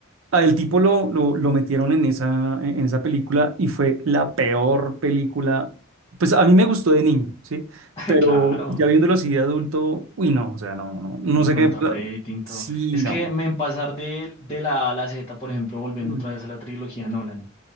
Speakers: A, on the right; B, on the left.
A: a el tipo lo, lo, lo metieron en esa, en esa película y fue la peor película. Pues a mí me gustó de niño, ¿sí?
B: <laughs>
A: Pero
B: Claro,
A: ya viéndolo así de adulto, uy, no, o sea, no, no, no
B: en
A: sé
B: cuanto
A: qué.
B: a rating, todo.
A: Sí,
B: Es
A: no.
B: que me en pasar de, de la A a la Z, por ejemplo, volviendo
A: Mm,
B: otra vez a la trilogía Nolan,